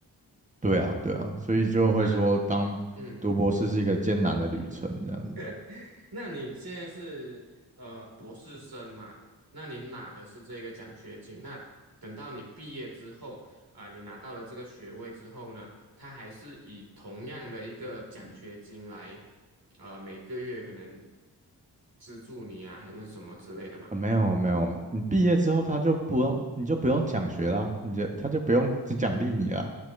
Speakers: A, on the right; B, on the right.
A: 对啊，对啊，所以就会说，
B: 那
A: 当读博士是一个艰难的旅程这样子。
B: 嗯。<laughs> 那你现在是呃博士生嘛？那你拿的是这个奖学金。那等到你毕业之后啊、你拿到了这个学位之后呢，他还是以同样的一个奖学金来，呃，每个月可能资助你啊，还是什么之类的嘛？
A: 啊没有没有，你毕业之后他就不用，你就不用奖学啦，你就他就不用奖励你啦。